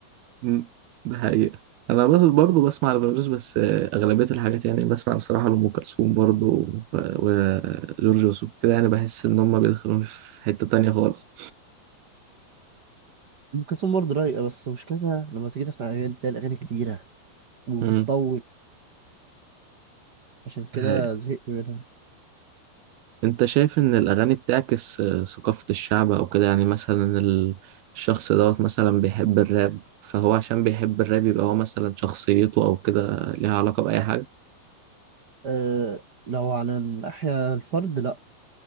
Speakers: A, on the right (about 80°); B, on the right (about 50°).
A: مم. ده حقيقة أنا بس برضه بسمع لفيروز بس آه، أغلبية الحاجات يعني بسمع بصراحة لأم كلثوم برضه و- وجورج وسوف كده يعني بحس إن هما بيدخلوني في حتة تانية خالص
B: ام كلثوم برضه رايقه بس مشكلتها لما تيجي تفتح اغاني تلاقي الاغاني كتيره وبتطول
A: مم.
B: عشان كده
A: ده حقيقة
B: زهقت منها
A: أنت شايف إن الأغاني بتعكس آه، ثقافة الشعب أو كده يعني مثلا ال- الشخص دوت مثلا بيحب الراب فهو عشان بيحب الراب يبقى هو مثلا شخصيته أو كده ليها علاقة بأي حاجة
B: أه لو على الناحيه الفرد لا